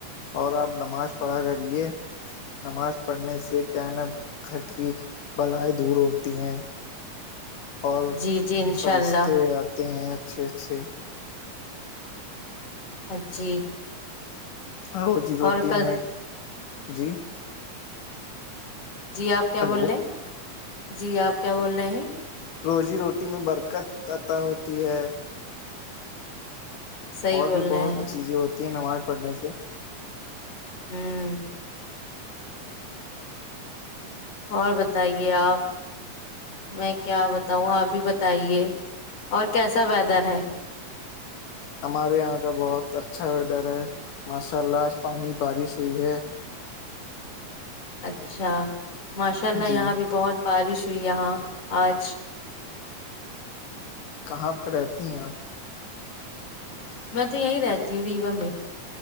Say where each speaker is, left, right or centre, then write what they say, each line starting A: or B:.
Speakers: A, on the left; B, on the left.
A: اور اپ نماز پڑھا کر یہ نماز پڑھنے سے کہنا گھر کی بلائیں دور ہوتی ہیں اور
B: جی جی انشاء
A: فرشتے
B: اللہ
A: اتے ہیں اچھے اچھے
B: جی
A: رو جی روٹی
B: اور کل
A: میں جی
B: جی اپ کیا
A: ہیلو
B: بول رہے ہیں جی اپ کیا بول رہے ہیں
A: روزی روٹی میں برکت عطا ہوتی ہے
B: صحیح
A: اور
B: بول
A: بھی
B: رہے
A: بہت
B: ہیں
A: چیزیں ہوتی ہیں نماز پڑھنے سے
B: ہوں اور بتائیے اپ میں کیا بتاؤں اپ بھی بتائیے اور کیسا ویدر ہے
A: ہمارے یہاں کا بہت اچھا ویدر ہے ماشاءاللہ جو پانی بارش ہوئی ہے
B: اچھا ماشاءاللہ
A: جی
B: یہاں بھی بہت بارش ہوئی یہاں اج
A: کہاں پہ رہتی ہیں اپ
B: میں تو یہیں رہتی ہوں